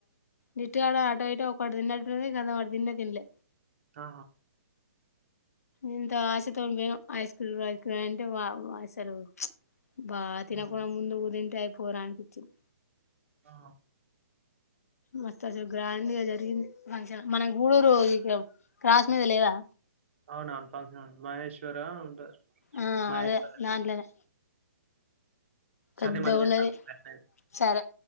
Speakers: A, on the left; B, on the right.
A: జిట్టుకాడ ఆటో అయిట ఒకటి తింేట కదా వాటి తింే తిినలే
B: ఆ
A: ఎంత ఆశతోండి పోఇనాం ఐస్క్రూ వైస్క్ర అంటే వా అసలు బా తినకుడా
B: ఉమ్.
A: ముందుగు తంతాయి పోరానికిపించింది
B: ఆ
A: మస్తు అసలు గ్రాండ్గా జరిగింది ఫంక్షన్ మన ఊడూరు ఇక క్రాస్ మీద లేదా
B: అవునను ఫంక్షన్ మహేశ్వరా ఉంట
A: ఆ
B: మహేశ్వర
A: అదే
B: అ
A: దాంట్లోనే
B: సరే
A: పెద్దగా
B: మల్లి జేత్త
A: ఉన్నది సరే